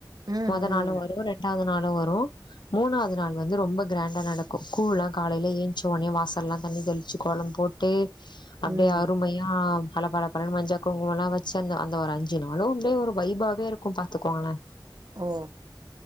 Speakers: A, on the right (about 60°); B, on the left (about 80°).
A: ம் ம்
B: மொத நாளு வருவோ ரெண்டாது நாளும் வருவோ மூணாவ்து நாள் வந்து ரொம்ப கிராண்டா நடக்கு கூழ்லா காலைல ஏஞ்ச்சு ஒன்னே வாசல்லா தண்ணி தெளிச்சி கோலம் போட்டு அப்டியே
A: ம் ம்
B: அருமையா பல பல பலன்னு மஞ்ச குங்குமலா வச் ந்த அந்த ஒரு அஞ்சு நாளும் அப்டியே ஒரு வைபாவே இருக்கும் பாத்துக்கோங்களே
A: ஓ